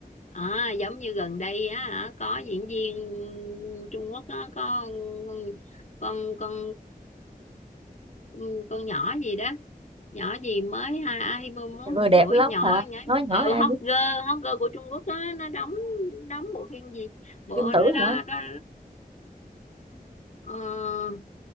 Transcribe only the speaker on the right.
Người
đẹp
lắm
hả?
Nói nhỏ
ai
biết,
Dương Tử
hả?